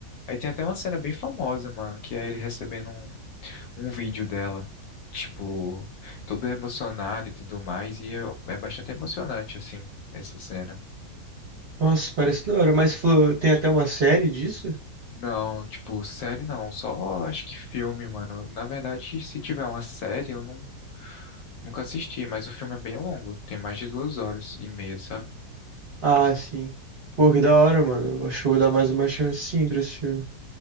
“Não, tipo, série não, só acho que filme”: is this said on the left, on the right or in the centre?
Left